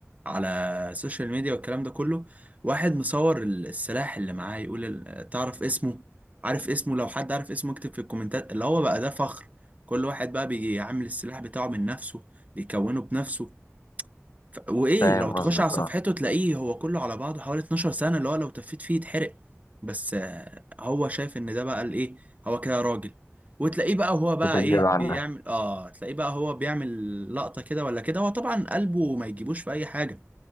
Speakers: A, on the right (about 30°); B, on the left (about 80°).
A: على السوشيال ميديا والكلام ده كله واحد مصور ال- السلاح اللي معاه يقول ال- تعرف اسمه عارف اسمه لو حد عارف اسمه اكتب في الكومنتات اللي هو بقى ده فخر كل واحد بقى بيجي عامل السلاح بتاعه من نفسه بيكونه بنفسه ف- وايه
B: فاهم
A: لو
B: قصدك
A: تخش على صفحته
B: اه
A: تلاقيه هو كله على بعضه حوالي 12 سنة اللي هو لو تفيت فيه يتحرق بس آه، هو شايف ان ده بقى الايه هو كده راجل وتلاقيه بقى وهو بقى
B: بتتجاب
A: ايه
B: عنها
A: بيعمل اه تلاقيه بقى هو بيعمل لقطة كده ولا كده هو طبعا قلبه ما يجيبوش في اي حاجة